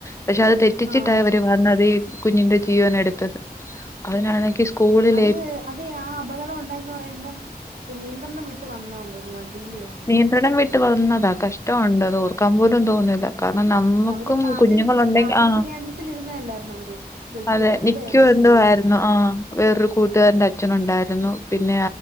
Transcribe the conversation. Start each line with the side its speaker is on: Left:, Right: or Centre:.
Left: പക്ഷെ അത് തെറ്റിച്ചിട്ടായി
Right: ആഹ്
Left: അവര് വന്നത് ഈ കുഞ്ഞിന്റെ ജീവന എടുത്തത് അതിനാണെങ്കിൽ സ്കൂളില്
Right: അത് അതെ ആ അപകടം ഉണ്ടായിന്ന് പറയുമ്പം നിയന്ത്രണം വിട്ട് വന്നാന്ന് തോന്നുന്നു വണ്ടിയില്ലയോ
Left: നിയന്ത്രണം വിട്ട് വന്നതാ കഷ്ടമുണ്ട് അത് ഓർക്കാൻ പോലും തോന്നൂില്ല കാരണം നമ്മുക്കും
Right: അവര് കാത്തിരിപ്പ്
Left: കുഞ്ഞുങ്ങളുണ്ടെങ്കിൽ
Right: കാത്തിരിപ്പ്
Left: ആ
Right: കേന്ദ്രത്തിലിരുന്നതല്ലായിരുന്നോ അവര് ബസ്സോ
Left: അതെ നിക്കുവ
Right: ഇല്ലേ ബസ്സിനകത്ത്
Left: എരുന്നു
Right: ഉം
Left: ആ വേറൊരു കൂട്ടുകാരന്റെ അച്ഛനുണ്ടായിരുന്നു പിന്നെ